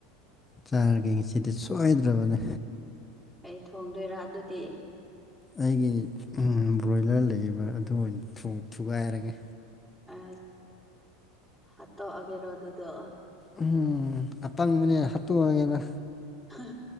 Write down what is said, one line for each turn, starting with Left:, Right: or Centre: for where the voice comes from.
Left: ꯆꯥꯔꯒꯦ ꯁꯤꯗꯤ ꯁꯣꯏꯗ꯭ꯔꯕꯅꯦ
Centre: ꯀꯩ ꯊꯣꯡꯗꯣꯏꯔꯥ ꯑꯗꯨꯗꯤ
Left: ꯑꯩꯒꯤ ꯕ꯭ꯔꯣꯏꯂꯔ ꯂꯩꯕ ꯑꯗꯨ ꯑꯣꯏꯅ ꯊꯨꯒꯥꯏꯔꯒꯦ
Centre: ꯑ ꯍꯥꯠꯇꯣꯛꯑꯒꯦꯔꯣ ꯑꯗꯨꯗ
Left: ꯎꯝ ꯑꯇꯪꯕꯅꯦ ꯍꯥꯠꯇꯣꯛꯑꯒꯦꯅ
Centre: ꯍ